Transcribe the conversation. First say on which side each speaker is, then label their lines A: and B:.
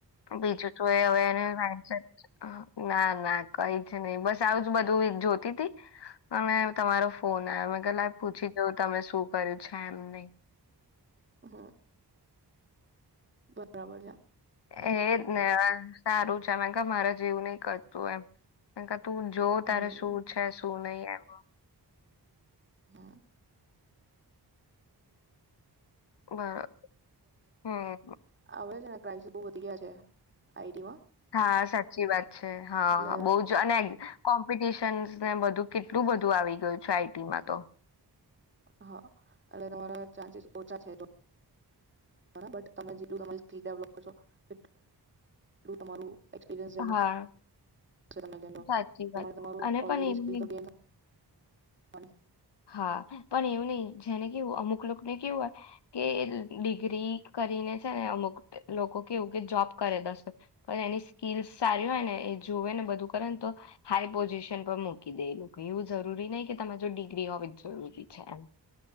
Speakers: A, on the left; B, on the right.
A: બીજું જો એ હવે એને <unintelligible> ના ના કઈ જ નહી બસ આવુંજ બધું જોતી તી અને તમારો ફોન આવ મેં કે લાય પૂછી જવ તમે શું કર્યું છે એમ નહી
B: હા. બરાબર છે.
A: એજ ને સારું છે મેકા મારે જીવું નય કરતું એમ. તું જો
B: હમ
A: તારે શું છે શું નહી એમ. <inaudible>
B: <inaudible> <unintelligible> <unintelligible>
A: બરો હમ
B: આવે છે ને પ્રાઇસ બો વધી ગયા છે. આઇટી માં
A: હા સાચી વાત છે હા
B: એટલે
A: બો જ અને કોમ્પિટિશન ને બધું કેટલું બધું આવી ગયું છે આઈટીમાં તો
B: હા એટલે તમારા ચાન્સીસ ઓછા છે બટ તમે જેટલું તમારી સ્કીલ ડેવલપ કરશો એટલુ તમારું એક્સપીરિયન્સ <unintelligible>
A: હા
B: <unintelligible> તમે
A: સાચી વાત
B: તમારું
A: અને
B: ઓલરેડી
A: પણ એવું નહી
B: <unintelligible> <inaudible>
A: હા પણ એવું નહીિ જેને કેવું અમુક લોકોને કેવું હોય કે ડિગ્રી કરીને છે ને અમુક લોકો કેવું કે જોબ કરે દશે પણ એની સ્કીલસ સારી હોય ને એ જોવે ને બધું કરે ને તો હાઈ પોઝિશન પર મૂકી દે એ લોકો એવું જરૂરી નહી કે તમે જો ડિ ગ્રી હોવી જ જરૂરી છે એમ.